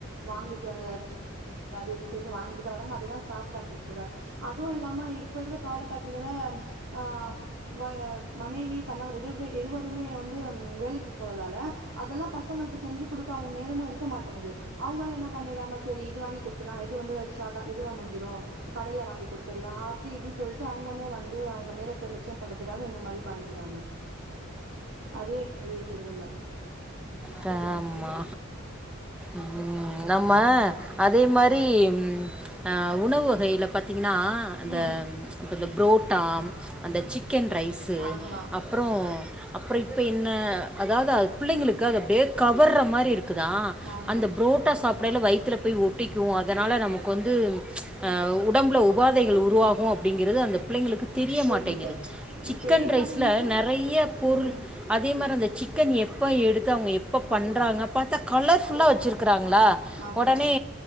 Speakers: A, on the right; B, in the centre.
A: வாங்கிட்டு <inaudible> அது <unintelligible> வாங்கிட்டு தா வராங்க அதுதா சாப்படாம கூட அதுவு இல்லாம இப்ப இருக்க கால கட்லலா அ மய மனைவி கணவர் இருவி இருவருமே வந்து வேலைக்கு போறதால அதெல்லா பசங்களுக்கு செஞ்சு குடுக்க அவுங்க நேரமு இருக்க மாட்டிங்குது அவுங்களே என்ன பண்ணிறாங்க செரி இது வாங்கி குடுத்துறலா இ இது வந்து ஷார்ட்டா இதுவா முடிஞ்சுரு கடையில வாங்கி கொடுத்துட்லா அப்டி இப்டி சொல்லிட்டு அவங்களே வந்து அவ்ங்க நேரத்த மிச்சம் பண்றதுக்காக என்ன மாரி பண்ணிறாங்க அதுவே பெரிய கெடுதல்தா
B: த ஆமா
A: ம்
B: ம் நம்ம அதே மாரி ம் உணவு வகையில பாத்தீங்கனா இந்த
A: உம்
B: இந்த புரோட்டா அந்த சிக்கன் ரைஸு
A: ஆமா
B: அப்றோ அப்றோ இப்போ என்ன அதாது பிள்ளைங்களுக்கு அது அப்டியே கவர்ற மாரி இருக்கு க்கு தா
A: ஆமா
B: அந்த புரோட்டா சாப்டையில வயித்துல போய் ஒட்டிக்கு அதனால நமக்கு வந்து அ உடம்புல உபாதைகள் உருவாகு அப்டிங்கிறது அந்த பிள்ளைங்களுக்கு தெரிய
A: தெரியல
B: மாட்டேங்கிது சிக்கன்
A: தெரிய
B: ரைஸ்ல
A: மாட்டேங்குது
B: நெறைய பொருள்
A: உம்
B: அதே மாரி அந்த சிக்கன் எப்போ எடுத்து அவங்க எப்போ பண்ணுறாங்க பாத்தா கலர்ஃபுல்லாக வச்சுருக்கறாங்களா
A: ஆமா
B: ஒடனே